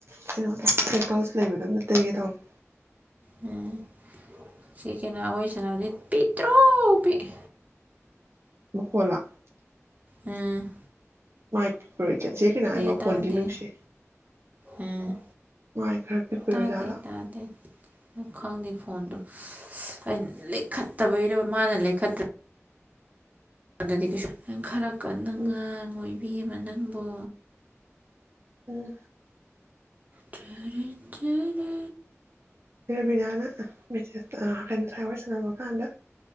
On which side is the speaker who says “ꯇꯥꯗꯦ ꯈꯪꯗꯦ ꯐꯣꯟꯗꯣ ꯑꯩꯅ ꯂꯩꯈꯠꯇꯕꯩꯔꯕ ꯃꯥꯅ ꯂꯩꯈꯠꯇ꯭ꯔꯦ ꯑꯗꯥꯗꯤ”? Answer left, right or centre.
Right